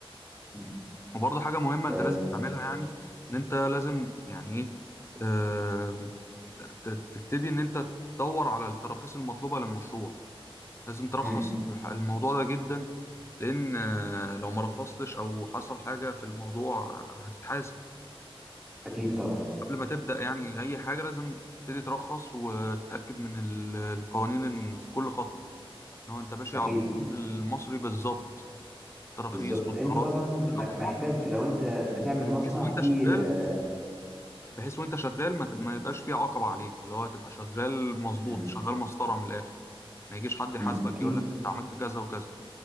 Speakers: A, in the centre; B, on the left.
A: مم.
B: وبرضه حاجة مهمة
A: آه.
B: أنت لازم تعملها يعني إن أنت لازم يعني إيه آم، ت- تبتدي إن أنت تدور على التراخيص المطلوبة للمشروع لازم ترخص
A: مم.
B: الح- الموضوع ده جدا لأن آه، لو ما رخصتش أو حصل حاجة في الموضوع آه، هتتحاسب
A: اكيد طبعا
B: قبل ما تبدأ يعني أي حاجة لازم تبتدي ترخص وتتأكد من ال- القوانين إن في كل خطوة إن هو أنت ماشي
A: اكيد
B: على القانون المصري بالظبط تراخيص
A: بالظبط
B: والضرائب
A: انت طبعا
B: وكل
A: م-
B: ده طبعا
A: محتاج لو انت بتعمل مصنع
B: بحيث وأنت
A: في
B: شغال
A: آه.
B: بحيث وأنت شغال ما, تب... ما يبقاش في عقبة عليك اللي هو تبقى شغال مظبوط
A: مم.
B: شغال مسطرة من الآخر ما يجيش حد يحاسبك
A: مم. اكيد
B: يقول لك أنت عملت كذا وكذا